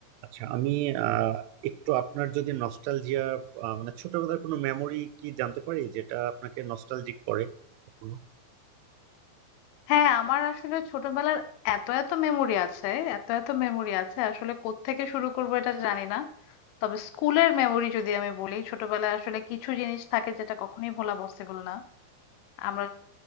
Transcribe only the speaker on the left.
হ্যাঁ আমার আসলে ছোটবেলার এত এত মেমোরি আছে এত এত মেমোরি আছে আসলে কোত্থেকে শুরু করবো এটা জানি না তবে স্কুলের মেমোরি যদি আমি বলি ছোটবেলায় আসলে কিছু জিনিস থাকে যেটা কখনোই ভোলা পসিবল না আমরা